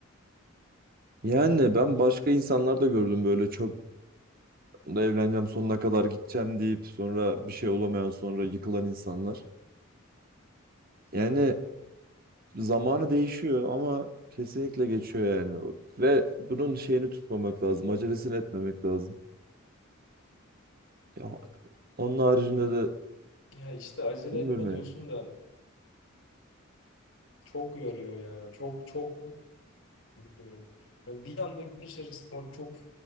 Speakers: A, on the right; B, on the left.
A: Yani ben başka insanlar da gördüm böyle çok da evleneceğim sonuna kadar gideceğim deyip sonra bir şey olamayan sonra yıkılan insanlar. Yani zamanı değişiyor ama kesinlikle geçiyor yani. Ve bunun şeyini tutmamak lazım, acelesini etmemek lazım. Ya Onun haricinde de
B: Ya işte acele
A: bilmiyorum
B: etme diyorsun
A: ya.
B: da çok yoruyor ya. Çok çok yoruyor. Yani bir anda gün içerisinde çok